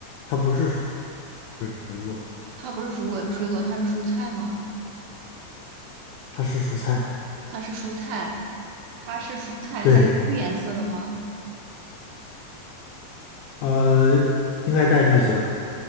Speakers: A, on the left; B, on the right.
A: 它不是水果，
B: 它不是水果，水果它是蔬菜吗？
A: 它是蔬菜。
B: 它是蔬菜，它是蔬菜，
A: 对，
B: 它是绿颜色的吗？
A: 呃，应该带绿色，